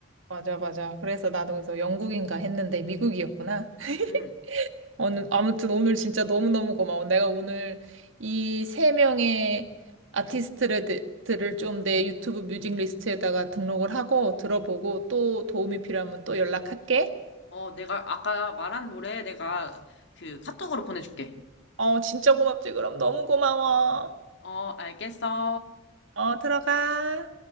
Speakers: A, on the right (about 70°); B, on the left (about 60°).
A: 맞아, 맞아. 그래서 나도 그래서 영국인가 했는데 미국이었구나. <laughs>
B: 음.
A: 어느- 아무튼 오늘 진짜 너무너무 고마워. 내가 오늘 이 세 명의 아티스트들을 좀 내 유튜브 뮤직 리스트에다가 등록을 하고 들어보고 또 도움이 필요하면 또 연락할게.
B: 어, 내가 아까 말한 노래 내가 그 카톡으로 보내줄게.
A: 어, 진짜 고맙지, 그럼. 너무 고마워.
B: 어, 알겠어.
A: 어, 들어가.